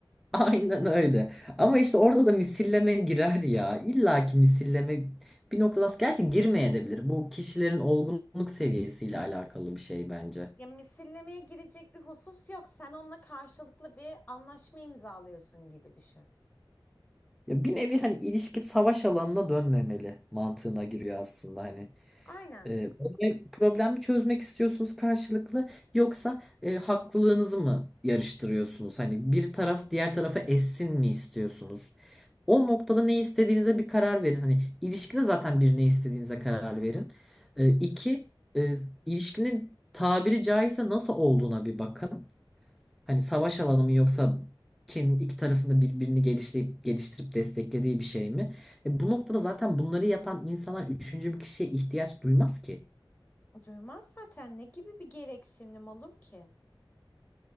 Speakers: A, in the centre; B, on the left (about 20°).
A: Aynen öyle. Ama işte orada da misilleme girer ya. İlla ki misilleme bir noktadan sonra gerçi girmeyebilir. Bu kişilerin olgunluk seviyesiyle alakalı bir şey bence.
B: Ya misillemeye girecek bir husus yok. Sen onunla karşılıklı bir anlaşma imzalıyorsun gibi düşün.
A: Ya bir nevi hani ilişki savaş alanına dönmemeli mantığına giriyor aslında hani.
B: Aynen.
A: E, problem- problemi çözmek istiyorsunuz karşılıklı yoksa e, haklılığınızı mı yarıştırıyorsunuz? Hani bir taraf diğer tarafa essin mi istiyorsunuz? O noktada ne istediğinize bir karar verin. Hani ilişkide zaten bir ne istediğinize karar verin. E, iki, e, ilişkinin tabiri caizse nasıl olduğuna bir bakın. Hani savaş alanı mı yoksa kendi iki tarafında birbirini geliştirip, geliştirip desteklediği bir şey mi? E, bu noktada zaten bunları yapan insanlar üçüncü bir kişiye ihtiyaç duymaz ki.
B: Duymaz zaten ne gibi bir gereksinim olur ki?